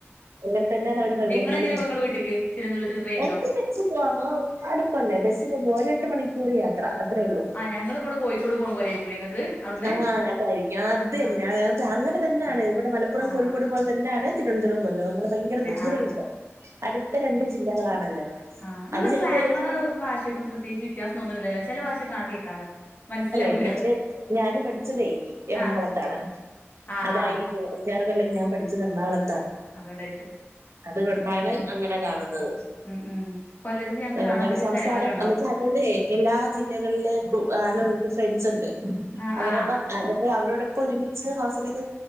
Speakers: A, on the right; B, on the left.
A: അങ്ങനെ തന്നെയാണ്
B: ആഹ്
A: അവര്
B: നിങ്ങളെങ്ങനെ
A: പോകുന്നതും
B: പോവാ
A: വരുന്നതും
B: ഇങ്ങളെ വീട്ട്ക്ക് തിരുവനന്തപുരത്ത്ക്ക് ട്രെയിനിലോ
A: <unintelligible> കുഴപ്പല്ലേ ബസില് പോ രണ്ട് മണിക്കൂർ യാത്ര അത്രയേ ഉള്ളൂ
B: ആ ഞങ്ങള് ഇപ്പോ കോഴിക്കോട് പോണ പോലെ ആയിരിക്കൂലേ ഇങ്ങക്ക് അവിടുന്ന്
A: ആഹാ അതായിരിക്കും അത്തന്നെ
B: ആ
A: അങ്ങനെ തന്നെയാണ് ഇവിടെ മലപ്പുറം
B: ആ
A: കോഴിക്കോട് പോലെ തന്നെ. നാ ണ് തിരുവനന്തപുരം കൊല്ലം അങ്ങനെ ഭയങ്കര ദൂര
B: ആ ആ
A: ഇല്ല അടുത്ത രണ്ട് ജില്ലകളാണല്ലോ
B: ആഹ് നിങ്ങള
A: അത് ചിലപ്പോ
B: സ്ലങ്ങളുടെ
A: ഒരു ദിവസം നമ്മൾ
B: ഭാഷയക്കൊ പ്രത്യേകിച്ച് ത്യാസന്നുമില്ലല്ലോ ചില ഭാഷ കേൾക്കാലോ മനസ്സിലാവു
A: പിന്നെന്തെ ഞാന് പഠിച്ചതേ എറണാകുളത്താണ്
B: ആ ആ
A: അതായിരിക്കും
B: ആ
A: വേറെക്കാറക്കല്ലാം ഞാൻ പഠിച്ചത് എറണാകുള
B: അതൊണ്ടായിരിക്കും
A: അതുകൊണ്ടാണ് അങ്ങനെ കാണുന്നത്
B: ഉം ഉം കൊല്ലത്ത് ഞങ്ങക്ക് കാണാൻ
A: എന്താണ്
B: പറ്റിയ
A: സംസാരം
B: സ്ഥലങ്ങളൊക്കെ ഉണ്ടോ
A: എന്നച്ചാ അ കൊണ്ട് എല്ലാ ജില്ലകളിലെ ആളും നിക് ഫ്രണ്ട്സ് ഉണ്ട്
B: ആ
A: അവരപ്പ
B: ആ
A: അവ അവരോടൊപ്പ ഒരുമിച്ച് ഹോസ്റ്റലിലൊക്കെ